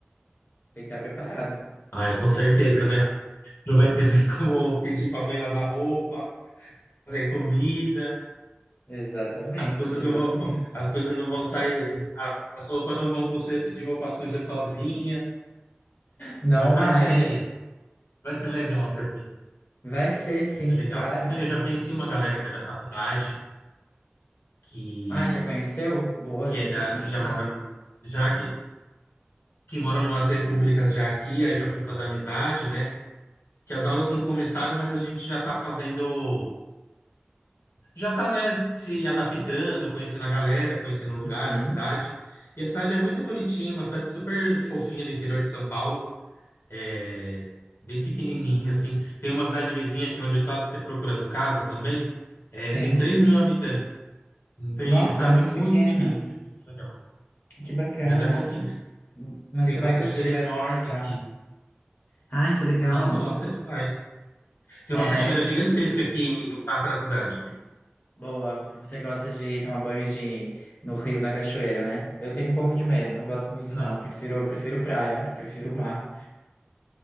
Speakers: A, on the left; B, on the left.
A: Tem que estar preparado.
B: ai, com certeza, né? Não vai ter mais como pedir pra mãe lavar roupa, fazer comida,
A: Exatamente,
B: as coisas
A: exatamente.
B: não vão, as coisas não vão sair, as roupas não vão pro cesto de roupa suja sozinha,
A: Não
B: mas
A: mais.
B: vai ser, vai ser legal também.
A: Vai ser sim,
B: Vai ser legal.
A: claro.
B: Eu já conheci uma galera que é da faculdade, que,
A: Ah, já conheceu? Boa,
B: que
A: tem
B: é da,
A: que, tem
B: que
A: que.
B: já mora numa- já que, que mora numas repúblicas já aqui, aí já fui fazer amizade, né? Que as aulas não começaram, mas a gente já tá fazendo, já tá, né, se adaptando, conhecendo a galera, conhecendo o lugar,
A: Uhum,
B: a cidade. E a cidade é muito bonitinha, uma cidade super fofinha do interior de São Paulo, é bem pequenininha, assim. Tem uma cidade vizinha aqui onde eu tô até procurando casa também, é,
A: sim.
B: tem três mil habitantes, não tem,
A: Nossa,
B: sabe,
A: é muito
B: muito
A: pequena.
B: pequenininha, muito legal,
A: Que bacana.
B: mas é fofinho.
A: Mas
B: Tem
A: você
B: uma
A: vai
B: cachoeira
A: curtir, vai
B: enorme
A: aproveitar.
B: aqui.
A: Ah, que legal.
B: Sim, nossa, demais. Tem
A: É,
B: uma cachoeira
A: eu.
B: gigantesca que passa na cidade.
A: Boa, você gosta de tomar banho de... no rio, na cachoeira, né? Eu tenho um pouco de medo, não gosto muito,
B: Não.
A: não. Prefiro, prefiro praia, prefiro mar.